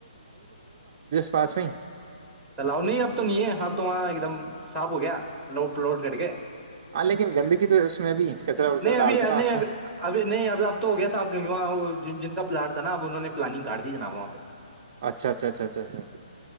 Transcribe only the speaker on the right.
پاچویں
ہاں لیکن گندگی تو اس میں بھی کچرا وچرا
ڈالتے
نا
آس پاس
اچھا اچھا اچھا اچھا اچھا